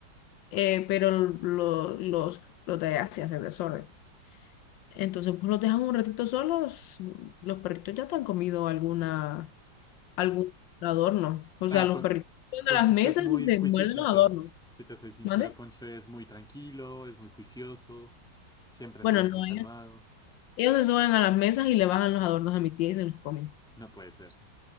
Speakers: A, on the left (about 80°); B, in the centre.
A: Eh, pero lo- los, los de allá sí hacen desorden. Entonces, pues los dejan un ratito solos, los perritos ya te han comido alguna algún adorno. O
B: Ah,
A: sea, los
B: Pon-
A: perritos se suben
B: Ponchito
A: a las mesas
B: es muy
A: y se
B: juiciosito.
A: muerden los adornos.
B: Si te soy sincero,
A: ¿Mande?
B: Poncho es muy tranquilo, es muy juicioso, siempre
A: Bueno,
B: ha sido muy
A: no,
B: calmado.
A: ellos, ellos se suben a las mesas y le bajan los adornos a mi tía y se los comen.
B: No puede ser.